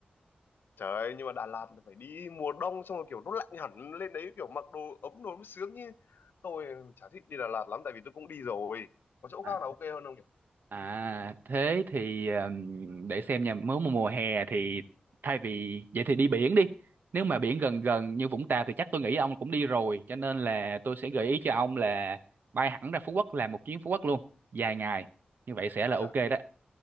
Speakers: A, on the left (about 75°); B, on the right (about 65°).
A: Trời ơi, nhưng mà Đà Lạt là phải đi mùa đông xong rồi kiểu nó lạnh hẳn lên đấy kiểu mặc đồ ấm đồ mới sướng chứ. Tôi chả thích đi Đà Lạt lắm tại vì tôi cũng đi rồi. Có chỗ
B: À,
A: khác nào ok hơn không nhỉ?
B: à thế thì ừm, để xem nha, nếu mà mùa hè thì thay vì vậy thì đi biển đi. Nếu mà biển gần gần
A: Ờ,
B: như Vũng Tàu thì chắc tôi nghĩ ông cũng đi rồi, cho nên là tôi sẽ gợi ý cho ông là bay hẳn ra Phú Quốc làm một chuyến Phú Quốc luôn, dài ngày. Như vậy sẽ là
A: Ây
B: ok
A: chà,
B: đó.